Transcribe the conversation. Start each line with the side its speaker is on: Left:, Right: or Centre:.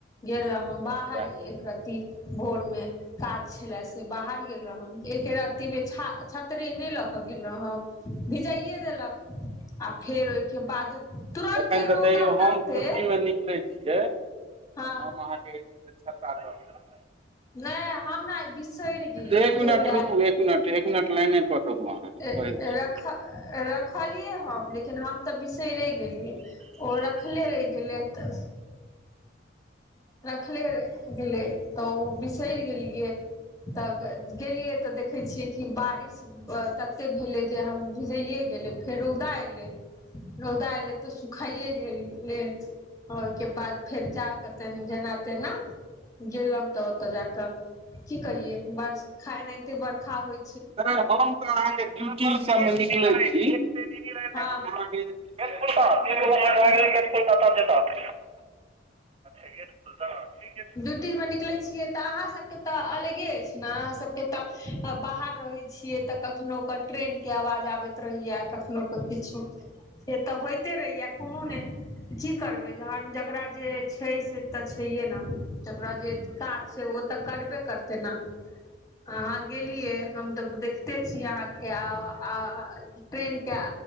Left: गेलौ हम बाहरे
Right: वैह
Left: एक रती भोर मे। काज छलै से बाहर गेलौ हम, एक रती के छा छतरी नै लऽ कऽ गेलौ हम। भिजाइये देलक आ फेर ओय के बाद तुरन्ते
Right: एखन तऽ
Left: रौदा
Right: तैयो होम
Left: तते
Right: ड्यूटी मे निकलै छियै तऽ
Left: हँ
Right: हम अहाँ के जे छता ल ऽ क।
Left: नै हम ने आय बिसैर गेलियै
Right: देब एक
Left: बुझलियै।
Right: मिनट रुकू एक मिनट, एक मिनट लाइने पर रहु अहाँ। हम
Left: ए
Right: कहै छी
Left: रख रखलियै हम लेकिन हम तऽ बिसैरे गेलियै। ओ रखलै रैह गेलै तऽ। रखले रह गेलै तऽ ओ बिसैर गेलियै। तब गेलियै तऽ देखै छियै कि बारिश तते भेलै, जे हम भेजैए गेलै फेरो दय एलै। रौदा एलै ते सुखाइये गेले ओय के बाद फेर जाके ते मे जेना-तेना गेलन तऽ ओतऽ जाकऽ की कहिये बरखा एनाहिते बरखा होय
Right: नै हम तऽ अहाँके ड्यूटी सब मे निकलै छी, हम
Left: हँ
Right: अहाँ के <unintelligible> <unintelligible>
Left: ड्यूटीमे निकलै छियै। तऽ अहाँ सबके ते अलगे एछ ना, अहाँ सबके त त बाहर रहै छियै तऽ कखनो क ट्रेन के आवाज आबैत रहैया, कखनो क किछो। से तऽ होएते रहैया कुनू नै। की करबै जहन जकरा जे छै से तऽ छैहये ना। तकरा जे काज छैय, ओ तऽ करबे करतै नेय अहाँ गेलियै हम तऽ ब देखते छी अहाँ के आब आ ट्रेन के